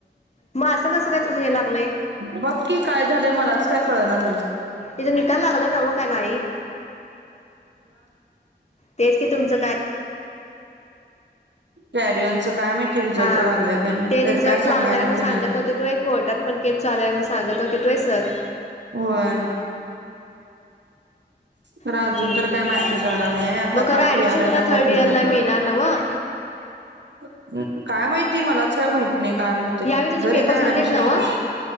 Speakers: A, on the left; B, on the right.
A: म असं कसं काय तुझ हे लागलय
B: बघ की काय झाले मलाच काय कळना झाले
A: तिजा निकाल लागला नवं का नाही? तेच कि तुमचा
B: कॅरियॉनचा काय माहिती रिझल्ट
A: हा
B: लागलाय कायनई
A: ते
B: त्याच
A: रिझल्ट
B: काय सांगाय
A: लागणार
B: नाई
A: आहे म्हणून
B: ते
A: सांगत होते तू एक कोर्टात पण केस चालूय म्हणून सांगत होतीत व्हय सर.
B: होय तर अजून
A: हम्म
B: तर काय मेसेज आला नाही आता
A: मग खरं
B: काल
A: ऍडमिशन
B: पी आर एन
A: तुला
B: नंबर
A: थर्ड
B: घेतला
A: इयरला मिळणार नवं.
B: <inaudible> काय माहिती मलाचं काय माहिती नाही काय म हो ते
A: यावेळी तुझं
B: जर
A: पेपर
B: इथं
A: झालेत
B: ऍडमिशनचा
A: नव्ह